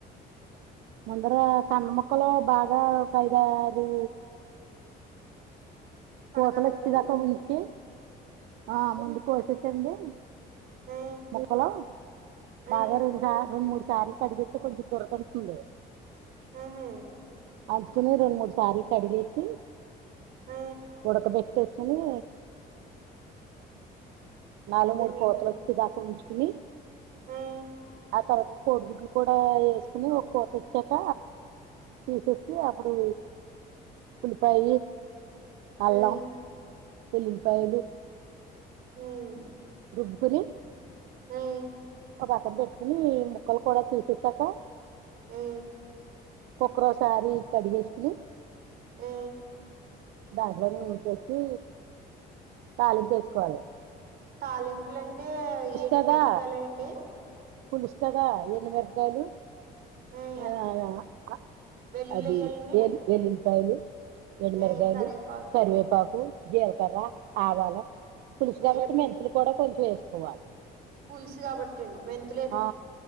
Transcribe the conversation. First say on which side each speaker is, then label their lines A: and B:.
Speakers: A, on the right (about 90°); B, on the right (about 65°).
A: ముందర కంద ముక్కలు బాగా ఒకైదారు
B: కడగాలండి
A: కూతలు వచ్చేదాకా ఉంచి ఆ ముందు కోసేసండి
B: ఆ
A: ముక్కలు
B: ఆ
A: బాగా రెండు సార్లు మూడు సార్లు కడిగేతే తే కొంచెం దురదుంటుంది
B: ఆహా
A: అందుకుని రెండు మూడు సార్లు కడిగేసి
B: ఆ
A: ఉడకబెట్టేసుకుని నాలుగు
B: అదేలేండి
A: మూడు కోతలు వచ్చే దాకా ఉంచుకుని
B: మ్మ్
A: ఆ తర్వాత కోడిగుడ్లు కూడా ఏసుకుని ఒక కోతొచ్చాక తీసేస్తే అప్పుడు ఉల్లిపాయి అల్లం
B: ఆ
A: వెల్లుల్లిపాయలు
B: మ్మ్
A: రుబ్బుకుని
B: అయి
A: ఓ పక్కన పెట్టుకుని ఈ ముక్కలు కూడా తీసేసాక
B: మ్మ్
A: కోక్కరోసారి కడిగేసుకుని
B: మ్మ్
A: దాంట్లో నూనె పోసి తాళింపేసుకోవాలి
B: తాలింపులంటే ఎండు
A: కదా
B: మిరపకాయల అండి
A: పులుసు కదా ఎండు మిరపకాయలు
B: ఉమ్
A: ఆ ఆ అ
B: వెల్లుల్లి
A: అది
B: ఎయ్యాలండి
A: ఏలి వెల్లుల్లిపాయలు ఎండు
B: ఉమ్
A: మిరకాయలు
B: కరేపాకు
A: కరివేపాకు జీలకర్ర ఆవాలు పులుసు
B: ఆహ్,
A: కాబట్టి
B: ఎప్
A: మెంతులు కూడా కొంచెం ఏసుకోవాలి
B: పులుసు కాబట్టి మెంత్
A: ఆ